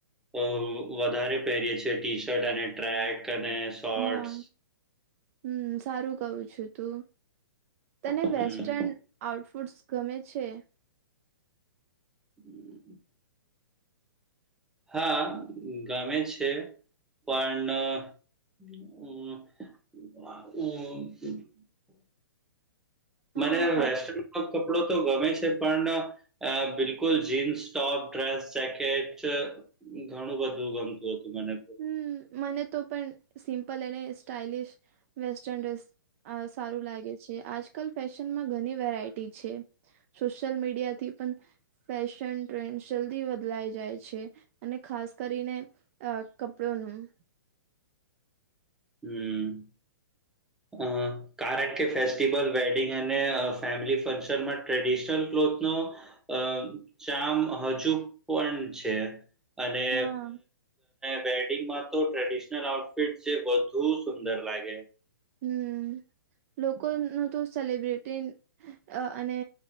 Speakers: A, in the centre; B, on the right (about 40°).
A: અ વધારે પહેરીએ છે છીએ, ટી શર્ટ અને ટ્રેક અને શોર્ટ્સ.
B: હા હમ સારું કવું છું તું, તને
A: હમ.
B: વેસ્ટન આઉટફૂટ્સ ગમે છે.
A: હમ. હા ગમે છે પણ હમ.
B: હા
A: મને વેસ્ટર્ન કપડો તો ગમે છે પણ અ બિલકુલ જીન્સ ટોપ ડ્રેસ જેકેટ ઘણું બધું ગમતું હતું મને
B: હમ મને તો પણ સિમ્પલ અને સ્ટાઇલિશ વેસ્ટર્ન ડ્રેસ અ સારું લાગે છે આજકાલ ફેશનમાં ઘણી વેરાયટી છે. સોશલ મીડિયાથી પણ ફેશન ટ્રેન્ડ જલ્દી બદલાઈ જાય છે અને ખાસ કરીને કપડોનું
A: હમ હ હ કારણ કે, ફેસ્ટિવલ વેડિંગ અને ફેમિલી ફંક્શનમાં ટ્રેડિશનલ ક્લોથનો અમ જામ હજુ પણ છે. અને
B: હા
A: વેડિંગમાં તો ટ્રેડિશનલ આઉટફિટ જે બહુ સુંદર લાગે
B: હમ લોકો ન તો સેલિબ્રિટી અને